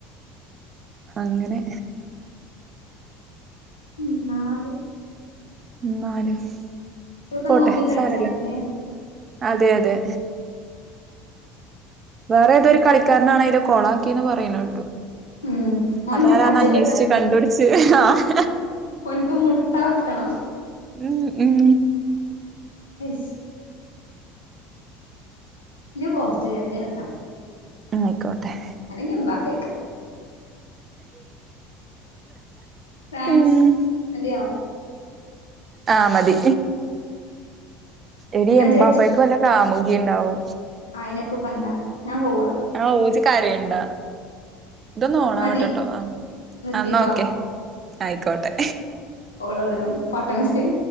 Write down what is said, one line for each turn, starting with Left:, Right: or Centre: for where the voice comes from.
Right: അങ്ങനെ
Left: ഉം ന്നാലും
Right: ന്നാലും
Left: ഇതൊക്കെ
Right: പോട്ടെ
Left: നോക്കി കളിച്ചായിരുന്നുല്ലേ
Right: സാരല്ല അതെ അതെ വേറെ ഏതൊരു കളിക്കാരനാണ് അയിലെ കൊളാക്കിന്ന് പറയണ കേട്ടു
Left: ഉം ഓന്റെ
Right: അതാരാന്ന്
Left: കജ്ജക്കെട്ടാൻ
Right: അന്വേഷിച്ച് കണ്ടുപിടിച്ച് ആഹ്
Left: ഓനിക്ക് മുട്ടാക്കണം
Right: ഉം ഉം
Left: അയ്ശ് വലിയ പോസ്റ്റ് കറൻ്റ് കട്ടാ
Right: ആഹ് ആയിക്കോട്ടെ
Left: അല്ലെങ്കി ഉമ്മാക്ക് ഫ്രാൻസ്
Right: ഉം.
Left: അതെയോ?
Right: ആഹ് മതി എടീ
Left: എന്നാ
Right: എമ്പാപ്പയ്ക്ക്
Left: ഇജ്ജ്
Right: വല്ല കാമുകി ഇണ്ടാവും
Left: ആയിനെക്കുപ്പെന്താ ഞാൻ പോവാ
Right: ആഹ് ഓജ് കരയണ്ട ഇതൊന്ന് ഓണാവട്ട്ട്ടോ
Left: മതി
Right: ആഹ്
Left: നിർത്തിക്കോ
Right: എന്നാ ഓക്കെ ആയിക്കോട്ടെ
Left: ഓള് ഓളൊരും പാട്ട മെസിം